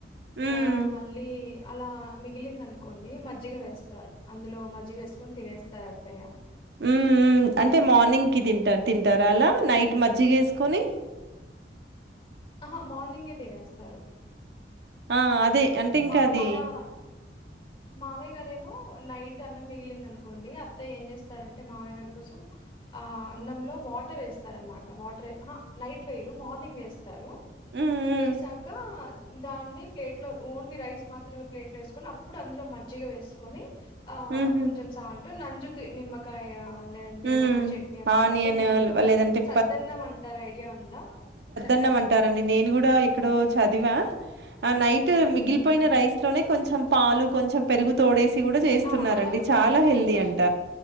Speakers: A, on the right; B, on the left.
A: హ్మ్
B: యా మళ్ళీ అలా మిగిలింది అనుకోండి మజ్జిగ వేస్తారు అందులో మజ్జిగ వేసుకొని తినేస్తారు అత్తయ్య
A: ఉమ్మ్ అంటే మార్నింగ్కి తింట తింటార అలా నైట్ మజ్జిగేసుకొని
B: ఆహా మార్నింగే తినేస్తారు
A: ఆ అదే అంటే ఆ! ఇంకా
B: మా
A: అది
B: అలా మావయ్య గారేమో నైట్ అన్నం మిగిలిందనుకోండి అత్తయ్య ఏం చేస్తారంటే మావయ్య గారి కోసం ఆ అన్నంలో వాటర్ వేస్తారనమాట వాటర్ నైట్ వేయరు మార్నింగ్ వేస్తారు
A: హ్మ్ హ్మ్
B: వేసాక దాన్ని ప్లేట్ లో ఓన్లీ రైస్ మాత్రమే ప్లేట్ల ఏసుకొని ఇప్పుడు అందులో మజ్జిగ వేసుకొని ఆ
A: హుహు
B: కొంచెం సాల్ట్ నంజుకి నిమ్మకాయ లేదంటే
A: హ్మ్
B: ఏదో ఒకటి చట్నీ అట్లా
A: ఆనియన్
B: పెట్టుకని తింటారు
A: లేదంటే
B: సద్దన్నం అంటారు ఐడియా ఉందా సద్
A: న్నం అంటారండి నేను కూడా ఎక్కడొ
B: ఉమ్
A: చదివా నైట్
B: ఉమ్
A: మిగిపోయిన రైస్ లో కొంచెం పాలు కొంచెం పెరుగు తోడేసి గూడా చేస్తున్నారండి
B: ఆ అలా కూడా
A: చాలా
B: వేసుకోవచ్చు
A: హెల్దీ అంట